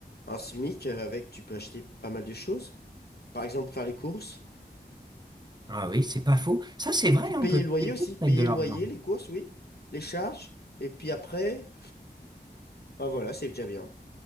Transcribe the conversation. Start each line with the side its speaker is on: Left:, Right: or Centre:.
Left: un SMIC euh, avec, tu peux acheter pas mal de choses, par exemple faire les courses,
Right: Ah oui, c'est pas faux. Ça, c'est vrai,
Left: P-
Right: hein,
Left: payer
Right: on peut faire
Left: le loyer
Right: des courses
Left: aussi, payer
Right: avec de l'argent.
Left: le loyer, les courses, oui, les charges, et puis après, bah voilà, c'est déjà bien.